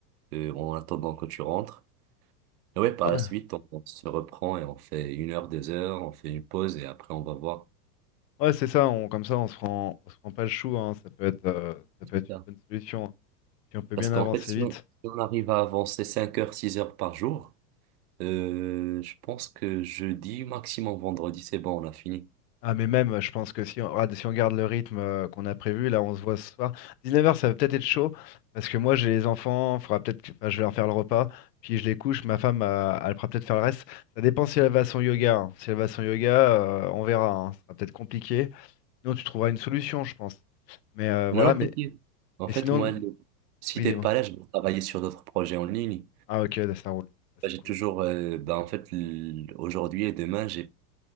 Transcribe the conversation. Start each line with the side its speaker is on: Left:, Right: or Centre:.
Right: euh, en attendant que tu rentres. Et ouais, par
Left: Ouais,
Right: la suite, on, on se reprend et on fait une heure, deux heures, on fait une pause et après on va voir.
Left: ouais, c'est ça, on, comme ça, on se prend, on se prend pas le chou, hein. Ça peut être, euh, ça
Right: C'est
Left: peut être
Right: ça.
Left: une bonne solution. hein. Si on peut
Right: Parce
Left: bien
Right: qu'en
Left: avancer
Right: fait, si
Left: vite.
Right: on, si on arrive à avancer cinq heures, six heures par jour, Euh, je pense que jeudi, maximum vendredi, c'est bon, on a fini.
Left: Ah mais même, euh, je pense que si on, regarde- si on garde le rythme euh, qu'on a prévu, là on se voit ce soir. 19h ça va peut-être être chaud, parce que moi j'ai les enfants, faudra peut-être que- enfin, je vais leur faire le repas, puis je les couche, ma femme euh, elle fera peut-être faire le reste. Ça dépend si elle va à son yoga. hein. Si elle va à son yoga, euh, on verra, hein. Ça sera peut-être compliqué. Sinon tu trouveras une solution, je pense. Mais euh, voilà,
Right: Non, non,
Left: mais,
Right: t'inquiète. En
Left: mais
Right: fait,
Left: sinon,
Right: moi, le- si
Left: oui
Right: t'es
Left: dis-moi.
Right: pas là, je vais travailler sur d'autres projets en ligne.
Left: Ah ok, ouais, ça roule. Ça,
Right: Bah,
Left: C'est
Right: J'ai
Left: cool.
Right: toujours, euh, bah, en fait, l- aujourd'hui et demain, j'ai,